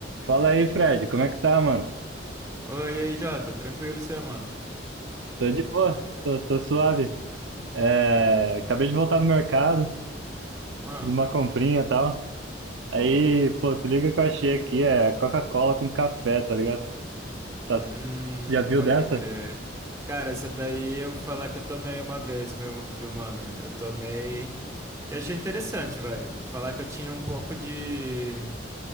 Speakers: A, on the right; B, on the right.
A: Fala aí, Fred, como é que tá, mano?
B: Oi, e aí, Jota. Tranquilo, você, mano?
A: Tô de boa, tô, tô suave. É, acabei de voltar no mercado,
B: Ah,
A: fiz uma comprinha e tal.
B: boa.
A: Aí, pô, se liga que eu achei aqui, é Coca-Cola com café, tá ligado? Tá-
B: Hum,
A: já viu
B: pode
A: dessa?
B: crer. Cara, essa daí eu falar que eu tomei uma vez, meu, viu, mano? Eu tomei e achei interessante, velho. Falar que eu tinha um pouco de,